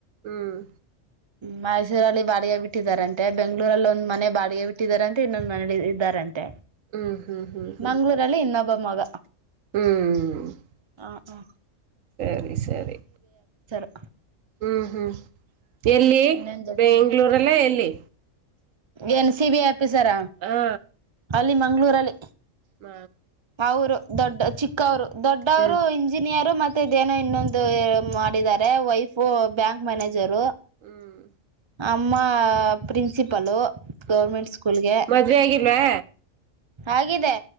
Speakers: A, on the right; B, on the right.
A: ಹ್ಮ್
B: ಮೈಸೂರಲ್ಲಿ ಬಾಡಿಗೆ ಬಿಟ್ಟಿದಾರಂತೆ ಬೆಂಗಗಳೂರಲ್ಲಿ ಒಂದ್ ಮನೆ ಬಾಡಿಗೆ ಬಿಟ್ಟಾರಂತೆ ಇನ್ನೊಂದ್ ಮನಲಿ ಇದ್ದಾರ ತೆ
A: ಹ್ಮ್ ಹ್ಮ್ ಹ್ಮ್ ಹ್ಮ್
B: ಮಂಗಳೂರಿನಲ್ಲಿ ಇನ್ನೊಬ್ಬ. ಮಗ.
A: ಹ್ಮ್
B: ಹಾ ಹಾ
A: ಸರಿ ಸರಿ.
B: ಹ
A: ಹ್ಮ್ ಹ್ಮ್ ಎಲ್ಲಿ
B: ಇನ್ನೊಂದ
A: ಬೆಂಗಳೂರ್ ಎಲ್ಲ ಎಲ್ಲಿ.
B: ಎನ್ ಸಿಬಿ ಆಫ್ ಸರ
A: ಹಾ
B: ಅಲ್ಲಿ ಮ ಮಂಗ್ಳುರಲ್ಲಿ.
A: ಮ
B: ಅವರು ದೊಡ್ಡ ಚಿಕ್ಕವರು ದೊಡ್ಡವ್ರು
A: ಹ್ಮ್
B: ಇಂಜಿನಿಯರು ಮತ್ತೆ ಇದೇನೋ ಇನ್ನೊಂದು. ಮಾಡಿದ್ದಾರೆ ವೈಫ್ ಬ್ಯಾಂಕ್ ಮ್ಯಾನೇಜರ್ ಜರೋ.
A: ಹ್ಮ್
B: ಅಮ್ಮ ಪ್ರಿನ್ಸಿಪಲ್ಲು.
A: ಹ್ಮ್
B: ಗೌರ್ಮೆಂಟ್
A: ಹ್ಮ್
B: ಸ್ಕೂಲ್ಗೆ.
A: ಮದ್ವೆ ಆಗಿಲ್ವಾ
B: ಅಗಿದೆ.